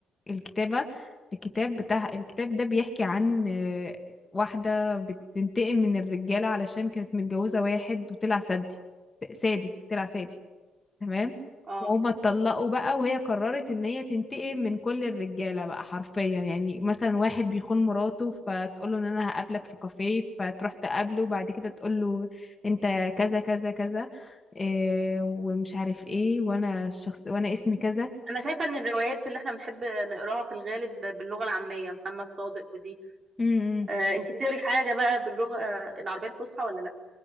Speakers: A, on the left (about 25°); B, on the right (about 40°).
A: الكتابه الكتاب بتاع الكتاب ده بيحكي عن آه، واحده بتنتقم من الرجاله علشان كانت متجوزه واحد وطلع سدي سادي طلع سادي تمام
B: اه
A: وهما اتطلقوا بقى وهي قررت ان هي تنتقم من كل الرجاله بقى حرفيا يعني مثلا واحد بيخون مراته فتقول له ان انا هقابلك في كافيه فتروح تقابله وبعد كده تقول له انت كذا كذا كذا إيه ومش عارف ايه وانا الشخص وانا اسمي كذا
B: انا شايفه ان الروايات اللي احنا بنحب نقراها في الغالب ب- باللغه العاميه محمد صادق ودي
A: امم
B: آه انت بتقري حاجه بقى باللغه آه، العربيه الفصحى ولا لا